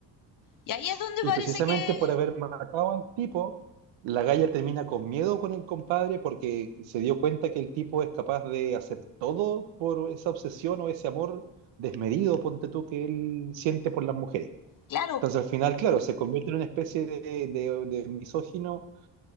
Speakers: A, on the left; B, on the right.
A: Y ahí es donde
B: Y
A: parece
B: precisamente
A: que,
B: por haber matado al tipo, la galla termina con miedo con el compadre porque se dio cuenta que el tipo es capaz de hacer todo por esa obsesión o ese amor desmedido, ponte tú, que él siente por las mujeres.
A: claro,
B: Entonces al final, claro, se convierte en una especie de, de- de misógino,